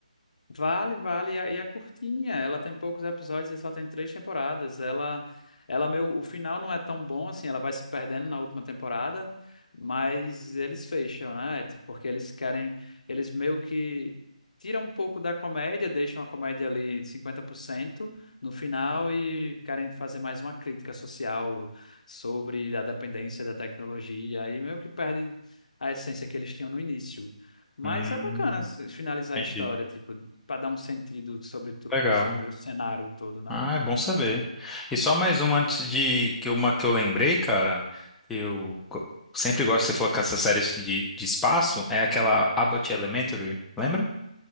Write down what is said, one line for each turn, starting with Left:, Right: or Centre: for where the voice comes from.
Left: Vale, vale. E é e é curtinha. Ela tem poucos episódios e só tem três temporadas. Ela, ela meio, o final não é tão bom assim. Ela vai se perdendo na última temporada, mas eles fecham, né? É, Tipo, Porque eles querem, eles meio que tiram um pouco da comédia, deixam a comédia ali 50% no final e querem fazer mais uma crítica social sobre a dependência da tecnologia. Aí meio que perde a essência que eles tinham no início. Mas
Centre: Hum.
Left: é bacana se- finalizar
Centre: Entendi.
Left: a história, tipo, para dar um sentido sobre tudo,
Centre: Legal.
Left: sobre o cenário todo, né?
Centre: Ah, é bom saber. E só mais uma antes de que uma que eu lembrei, cara, que eu go- sempre gosto de você falou com essas séries de, de espaço, é aquela Abbott Elementary, lembra? Não